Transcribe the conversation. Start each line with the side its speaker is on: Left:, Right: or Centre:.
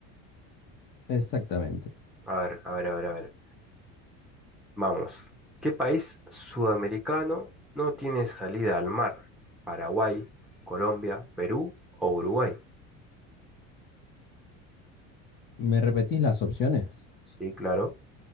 Left: Exactamente.
Centre: A ver, a ver, a ver, a ver. Vamos. ¿Qué país sudamericano no tiene salida al mar? ¿Paraguay, Colombia, Perú o Uruguay?
Left: ¿Me repetís las opciones?
Centre: Sí, claro.